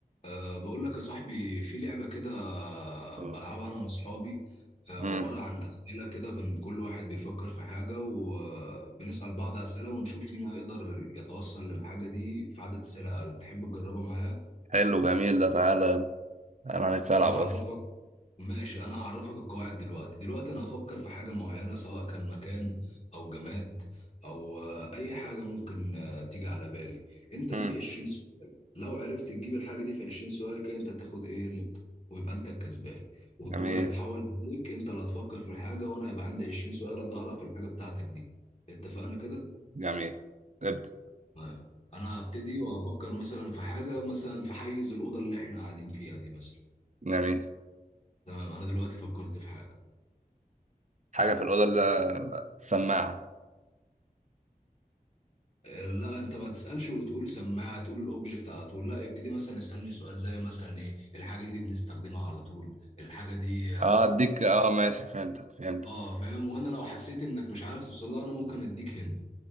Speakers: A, on the left (about 40°); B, on the right (about 50°).
A: أه بقول لك يا صاحبي في لعبة كده
B: اه.
A: بلعبها أنا وأصحابي أه
B: مم.
A: عبارة عن أسئلة كده بن كل واحد بيفكر في حاجة وبنسأل بعض أسئلة ونشوف مين هيقدر يتوصل للحاجة دي في عدد أسئلة أقل تحب تجربها معايا
B: حلو جميل ده تعالى تعالى هنتسلع
A: أنا هعرفك
B: بس
A: ماشي انا هعرفك القواعد دلوقتي دلوقتي انا هفكر في حاجة معينة سواء كان مكان او جماد او آه، اي حاجة ممكن آه، تيجي على بالي انت
B: مم.
A: ليك 20 سؤال لو عرفت تجيب الحاجة دي في 20 سؤال كده انت تاخد ايه نقطة ويبقى انت الكسبان والدور
B: جميل
A: هيتحول ليك انت اللي هتفكر في الحاجة وانا هيبقى عندي 20 سؤال اقدر اعرف الحاجة بتاعتك دي اتفقنا كده
B: جميل ابدأ
A: طيب انا هبتدي وهفكر مثلا في حاجة مثلا في حيز الأوضة اللي احنا قاعدين فيها دي مثلا
B: جميل
A: تمام انا دلوقتي فكرت في حاجة
B: حاجة في الأوضة اللي السماعة
A: لا انت ما تسالش وتقول سماعه تقول الاوبجكت على طول لا ابتدي مثلا اسالني سؤال زي مثلا ايه الحاجه دي بنستخدمها على طول الحاجه دي
B: اه اديك اه ماشي فهمتك فهمتك
A: اه فاهم وانا لو حسيت انك مش عارف توصلها انا ممكن اديك هن